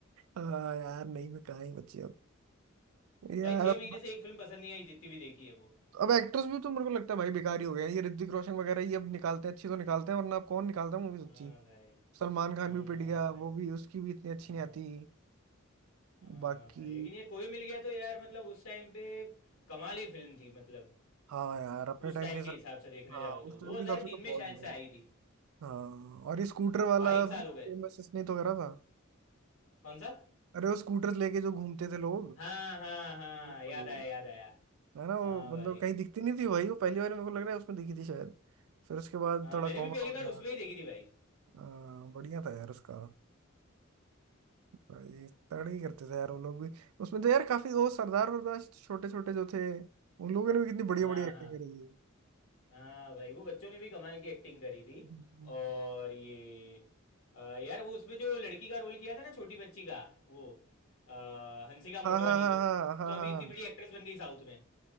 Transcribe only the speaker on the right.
हाँ यार नहीं मैं कहाँ ही बची अब यार
अब
बस-
अब एक्टर्स भी तो मेरे को लगता है भाई बेकार ही हो गए हैं ये ऋतिक रोशन वगैरह ये अब निकालते हैं अच्छी तो निकालते हैं वरना अब कौन निकालता है मूवीज अच्छी
सलमान खान
भी पिट गया
वो भी उसकी भी इतनी अच्छी
नहीं आती
बाकी
हाँ यार अपने
टाइम
के हिसाब
हाँ
उस
टाइम के हिसाब से तो बहुत
बढ़िया
है।
हाँ और ये स्कूटर वाला
भी फेमस
इसने तो करा था
अरे वो स्कूटर लेके जो घूमते थे लोग
ओ
भाई
है ना वो
मतलब कहीं दिखती नहीं थी भाई वो पहली बार मेरे को लग रहा है उसमें दिखी थी शायद फिर उसके बाद
थोड़ा
कॉमन
हो गया
हाँ, बढ़िया था यार उसका भाई तगड़े ही करते थे यार वो लोग भी उसमें तो यार काफी वो सरदार वरदार छोटे छोटे जो थे उन लोगों ने भी कितनी बढ़िया
बढ़िया एक्टिंग
करी थी।
हम्म,
हाँ हाँ हाँ
हाँ हाँ
हाँ